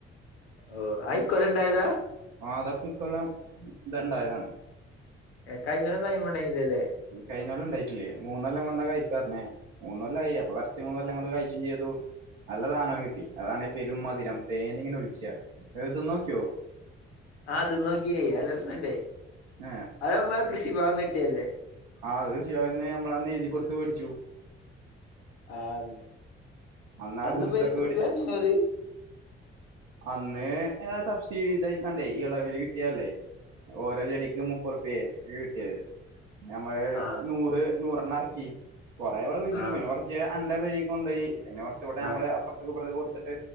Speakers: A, on the left; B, on the right.
A: ഓഹ് അയിക്കൊല്ലണ്ടായതാ.
B: ആഹ് അതൊക്കെ ഇക്കൊല്ലം ഇതാണ്ടായതാണ്.
A: ഏഹ് കയിഞ്ഞൊല്ലൊന്നും അയ്മണ്ടെയ്നിലല്ലേ.
B: കഴിഞ്ഞൊല്ലം ഉണ്ടായിട്ടില്ലേ മൂന്നൊല്ലം കൊണ്ടാ കഴിക്കാറന്നേ മൂന്നൊല്ലായി അപ്പൊ കറക്റ്റ് മൂന്നൊല്ലം ങ്ങോണ്ട് കായ്ച്ചും ചീതു. നല്ല സാധനം കിട്ടി അതാണേ പെരും മധുരം തേനിങ്ങനെ ഒലിച്ച അത് തിന്നോക്കിയോ
A: ആഹ് തിന്നോക്കിയേയ് നല്ല രസണ്ടേയ്
B: ഏഹ്
A: അതമ്മക്ക് ആ കൃഷി ഭവന്ന് കിട്ടിയല്ലേ
B: ആഹ് അത് കൃഷിഭവനിന്ന് നമ്മളന്ന് എഴുതി കൊടുത്ത് വേടിച്ചു.
A: ആഹ്
B: അന്ന് ആ
A: അന്ന്പ്പോ
B: ഗുഡ്സൊക്കെ
A: അയിന് എത്രറുപ്യ
B: മേടി
A: പറഞ്ഞീന്നോല്
B: അന്ന് സബ്സിഡി ഇതായിക്കാണ്ടേയ് എളവില് കിട്ടിയല്ലേ ഓരോ ചെടിക്കും മുപ്പത്റുപ്യേ ക്കെ കിട്ടിയത്. ഞമ്മള്
A: ആ
B: നൂറ് നൂറെണ്ണറക്കി കൊറേ ഇവടെ കുഴിച്ചിട്ടു
A: ആ
B: പിന്നെ കൊറ ജ്ജ് അന്റെ പെരിക്ക് കൊണ്ടോയി പിന്നെ കൊറച്ചിവടെ ഞമ്മള്
A: ആ
B: അപ്പൊറത്ത്ക്ക് ഇപ്പറത്ത്കും കൊടുത്തിട്ട്